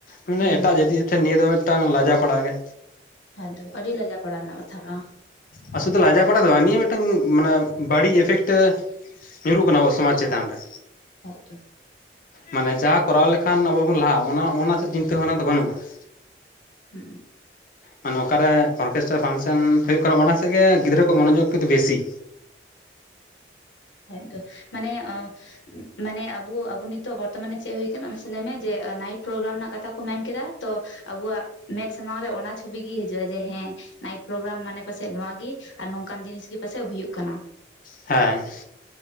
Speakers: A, on the left; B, on the left.
A: ᱢᱟᱱᱮ
B: ᱦᱩᱸ
A: ᱮᱴᱟᱜ ᱡᱟᱹᱛᱤ ᱴᱷᱮᱱ ᱱᱤᱭᱟᱹ ᱫᱚ ᱢᱮᱫᱴᱟᱝ ᱞᱟᱡᱟᱣ ᱯᱟᱲᱟ ᱜᱮ᱾
B: ᱠᱷᱟᱡ ᱫᱚ ᱟᱹᱰᱤ ᱞᱟᱡᱟᱣ ᱯᱟᱲᱟ ᱨᱮᱱᱟᱜ ᱠᱟᱛᱷᱟ ᱠᱟᱱᱟ᱾
A: ᱟᱨ ᱥᱩᱫᱷᱩ ᱞᱟᱡᱟᱣ ᱯᱟᱲᱟ ᱫᱚ ᱵᱟᱝ ᱱᱤᱭᱟᱹ ᱢᱮᱫᱴᱟᱝ ᱢᱟᱱᱮ ᱵᱟᱹᱲᱤᱡ ᱤᱯᱷᱮᱠᱴ ᱮᱼᱼ ᱧᱩᱨᱩᱜ ᱠᱟᱱᱟ ᱟᱹᱵᱚ ᱥᱚᱢᱟᱡᱽ ᱪᱮᱛᱟᱱ ᱨᱮ᱾
B: <unintelligible>
A: ᱢᱟᱱᱮ ᱡᱟ ᱠᱚᱨᱟᱣ ᱞᱮᱠᱷᱟᱱ ᱟᱵᱚ ᱵᱚᱱ ᱞᱟᱦᱟᱜᱼᱟ ᱚᱱᱟ ᱚᱱᱟ ᱥᱮᱫ ᱪᱤᱱᱛᱳ ᱵᱷᱟᱵᱽᱱᱟ ᱫᱚ ᱵᱟᱹᱱᱩᱜᱼᱟ ᱾
B: <unintelligible>
A: ᱢᱟᱱᱮ ᱚᱠᱟᱨᱮ ᱚᱨᱜᱮᱥᱴᱟ ᱯᱷᱟᱱᱥᱮᱱ ᱦᱳᱭᱳᱜ ᱠᱟᱱᱟ ᱚᱱᱟ ᱥᱮᱜ ᱜᱮ ᱜᱤᱫᱽᱨᱟᱹ ᱠᱚ ᱢᱚᱱᱳᱡᱳᱜᱽ ᱠᱚ ᱫᱚ ᱵᱮᱥᱤ ᱾
B: ᱦᱚᱭ ᱛᱚ ᱢᱟᱱᱮ ᱟᱸ ᱢᱟᱱᱮ ᱟᱵᱚ ᱟᱵᱚ ᱱᱤᱛᱚᱜ ᱵᱚᱨᱛᱚᱢᱟᱱᱮ ᱪᱮᱜ ᱦᱩᱭ ᱠᱟᱱᱟ ᱢᱟᱥᱮ ᱞᱮᱭ ᱢᱮ ᱡᱮ ᱱᱟᱭᱤᱴ ᱯᱨᱳᱜᱨᱟᱢ ᱨᱮᱱᱟᱜ ᱠᱟᱛᱷᱟ ᱠᱚ ᱢᱮᱱᱠᱮᱫᱟ ᱛᱚ ᱟᱵᱚᱣᱟᱜ ᱢᱮᱜ ᱥᱟᱢᱟᱝ ᱨᱮ ᱚᱱᱟ ᱪᱷᱚᱵᱤᱜ ᱜᱤ ᱦᱤᱡᱩᱜᱼᱟ ᱡᱮ ᱦᱮᱸ ᱱᱟᱭᱤᱴ ᱯᱨᱳᱜᱨᱟᱢ ᱢᱟᱱᱮ ᱯᱟᱪᱮᱡ ᱱᱚᱣᱟᱜᱤ ᱟᱨ ᱱᱚᱝᱠᱟᱱ ᱡᱤᱱᱤᱥ ᱜᱮ ᱯᱟᱥᱮᱜ ᱦᱩᱭᱩᱜ ᱠᱟᱱᱟ ᱾
A: ᱦᱮᱸ᱾